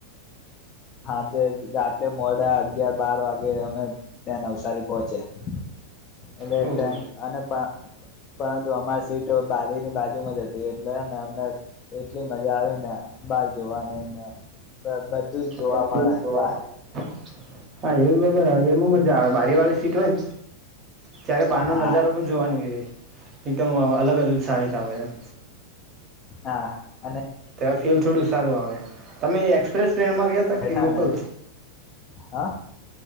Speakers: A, on the left; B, on the right.
A: હા જે રાતે મોડા અગિયાર-બાર વાગે અમે ત્યાં નવસારી પોહોંચ્યા. એટલે
B: ઓહો
A: ટ્રેન અને પા પરંતુ અમારી સીટ બારીની બાજુમાં જ હતી એટલે ને અમને. એટલી મજા આવી ને. બહાર જોવાની ને. બધું જ જોવા
B: બધું
A: મળે
B: જ જોવા
A: બહાર.
B: મળે. હા એવી બાર આવે એમ મજા આવે બારી વાળી સીટ હોય. ત્યારે બહાર
A: હા
B: નો નજારો પણ જોવાની. એકદમ અલગ-અલગ સહાયતા હોય એમ.
A: હા અને.
B: તેમાં ફીલ થોડું સારું આવે તમે એક્સપ્રેસ. ટ્રેન મા ગીયા તા કે
A: બેઠા
B: લોકલ.
A: ને હા.